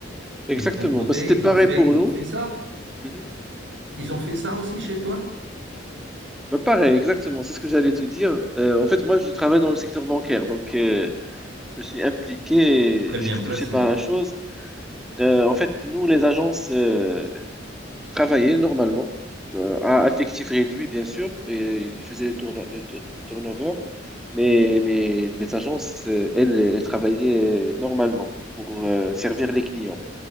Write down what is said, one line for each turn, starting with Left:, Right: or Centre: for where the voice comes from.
Centre: exactement.
Right: Et de ton côté,
Centre: Ben, c'était
Right: ils
Centre: pareil
Right: ont fait,
Centre: pour
Right: ils
Centre: nous.
Right: ont fait ça?
Centre: Mhm.
Right: Ils ont fait ça aussi chez toi?
Centre: Bah, pareil, exactement, c'est ce que j'allais te dire. Euh, en fait, moi, je travaille dans le secteur bancaire, donc euh, je suis impliqué,
Right: Très
Centre: et
Right: bien
Centre: j'étais
Right: placé.
Centre: touché par la chose. Euh, en fait, nous, les agences, euh, travaillait normalement, euh, à effectif réduit bien sûr, et il faisait le, tourno- le tu- turnover, mais, mais les agences, euh, elles, elles travaillaient normalement pour euh, servir les clients.